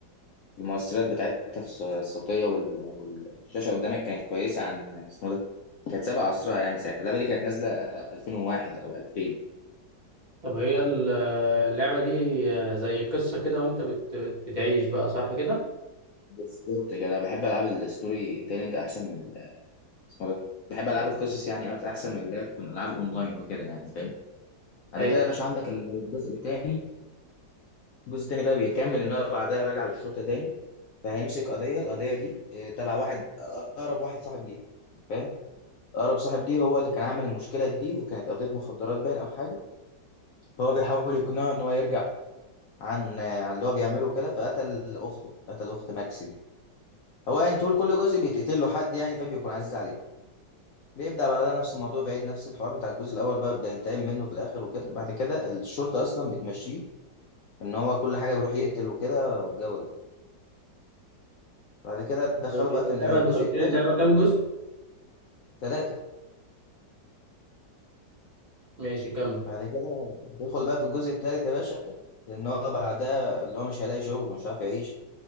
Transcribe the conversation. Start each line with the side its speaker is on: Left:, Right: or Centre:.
Left: المؤثرات بتاعتها في الص- الصوتيه وال- والشاشه قدامك كانت كويسه عن اسمه ده كانت سابقه عصرها يعني ساعتها اللعبه دي كانت نازله 2001 او 2000
Right: طب هي ال- آه، اللعبة دي آه، زي قصة كده وانت بت بت- بتعيش بقى صح كده
Left: بالظبط كده انا بحب العاب الستوري تيلينج احسن من ال- اسمه ده بحب العاب القصص يعني أكتر- احسن من اللي هي تكون العاب اونلاين وكده يعني فاهم بعد
Right: ايوه
Left: كده يا باشا عندك الجزء الثاني الجزء الثاني بقى بيكمل ان هو بعدها راجع للشرطه تاني فهيمسك قضيه القضيه دي آه، تبع واحد اقرب واحد صاحب ليه فاهم اقرب صاحب ليه هو اللي كان عامل المشكله دي وكانت قضيه مخدرات باين او حاجه فهو بيحاول يقنعه ان هو يرجع عن آه، عن اللي هو بيعمله كده فقتل اخته قتل اخت ماكس دي هو يعني طول كل جزء بيتقتل له حد يعني فبيكون عزيز عليه بيبدأ بعدها نفس الموضوع بعيد نفس الحوار بتاع الجزء الأول بقى بيبدأ ينتقم منه في الآخر وكده بعد كده الشرطة أصلا بتمشيه إن هو كل حاجة بيروح يقتل وكده والجو ده بعد كده دخلوا
Right: آه،
Left: بقى في
Right: اللعبة
Left: الجزء
Right: انت قلت
Left: الثالث
Right: لي اللعبة كام جزء
Left: ثلاثة
Right: ماشي كمل
Left: بعد كده يدخل بقى في الجزء الثالث يا باشا لأن هو بعدها اللي هو مش هيلاقي شغل ومش عارف يعيش